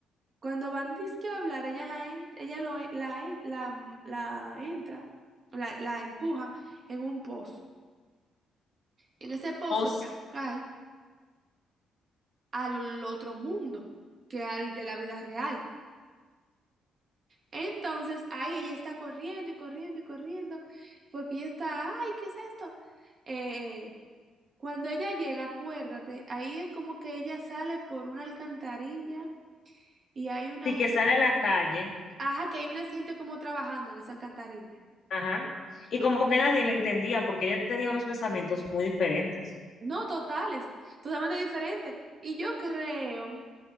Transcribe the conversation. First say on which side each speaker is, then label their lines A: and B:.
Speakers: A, on the right (about 45°); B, on the left (about 60°).
A: Cuando van dizque a hablar, ella la en- ella lo en- la, en- la, mm, la entra, la, la empuja en un pozo. En ese pozo
B: O sí
A: ella cae al otro mundo, que al de la vida real. Entonces ahí ella está corriendo y corriendo y corriendo, porque ella está, ay, ¿qué es esto? Eh, cuando ella llega, acuérdate, ahí es como que ella sale por una alcantarilla Y hay una gente,
B: que sale a la calle,
A: ajá, que hay una gente como trabajando en esa alcantarilla.
B: ajá. Y como
A: O-
B: que nadie la entendía porque ella tenía unos pensamientos muy diferentes.
A: No, totales, totalmente diferente. Y yo creo